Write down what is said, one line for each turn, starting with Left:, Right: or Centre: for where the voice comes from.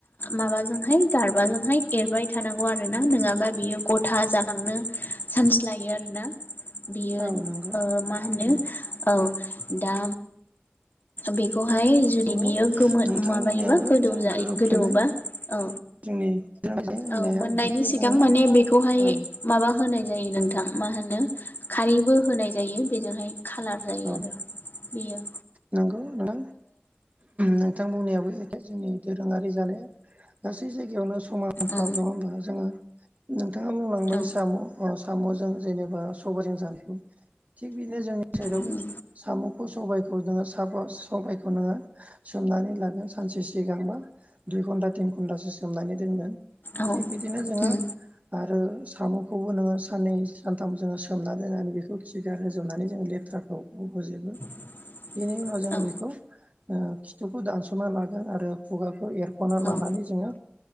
Left: माबाजोंहाय गारबाजोंहाय एरबाय थानांगौ आरोना नङाबा बियो गथा जालांनो सान्स लोयो आरो ना। बियो
Right: औ नंगौ
Left: मा होनो औ दा बेखौ ओमाय जुदि
Right: नंगौ
Left: बियो गो
Right: नोंथां
Left: माबायोबा
Right: बुंनायाबो
Left: गोदौ
Right: जों
Left: जायो
Right: गोरोबफ्लेनाय
Left: गोदौबा औ।
Right: जोंनि सोलोंथाइ लानाय होननाया
Left: औ मोननायनि
Right: बेफोरो
Left: सिगां
Right: जोङो
Left: माने बेखौहाय
Right: औ
Left: माबा होनाय। नोंथां मा होनो खारैबो होनाय जायो बेजोंहाय खाालार जायो
Right: औ
Left: आरो बेयो।
Right: नंगौ नोंथां नोंथां बुंनायाबो जोंनि दोरोङारि जानाया गासै जायगायावनो समानफ्राब
Left: औ
Right: नङ होमब्ला जोङो। नोंथाङा बुंलांबाय
Left: औ
Right: साम' साम'जों जेनेबा सबायाइजों जानफु थिग बिदिनो जोंनि साइदावबो
Left: उम
Right: साम'खौ सबायखौ खौ नोङो साफ सफाइखौ नोङो सोमनानै लागोन सानसे सिगांबा दुइ घन्टा थिन घन्टासो सोमनानै दोनगोन
Left: औ
Right: थिग बिदिनो
Left: उम
Right: जोङो आरो साम'खौबो नोङो साननै सानथाम जोङो सोमनानै दोननानै बेखौ खिगार होजोबनानै जोङो लेथ्राखौ फोजोबो
Left: <inaudible>
Right: बेनि उनाव जोङो
Left: औ
Right: बेखौ खिथुखौ दानस'ना लागोन आरो खुगाखौ एरख'ना लानानै
Left: औ
Right: जोङो